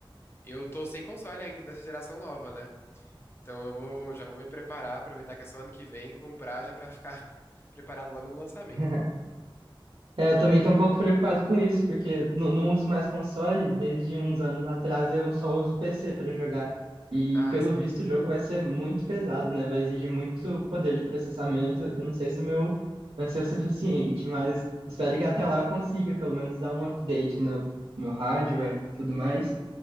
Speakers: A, on the left; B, on the right.
A: Eu tô sem console ainda dessa geração nova, né? Então eu vou, já vou me preparar, aproveitar que é só ano que vem, comprar já pra ficar <laughs> preparado logo no lançamento.
B: <laughs> É, eu também tô um pouco preocupado com isso, porque eu não não uso mais console, desde uns anos atrás eu só uso PC para jogar. E
A: Ah,
B: pelo
A: só.
B: visto o jogo vai ser muito pesado, né? Vai exigir muito poder de processamento. Eu não sei se o meu vai ser o suficiente, mas espero que até lá eu consiga pelo menos dar um update no, no hardware, tudo mais.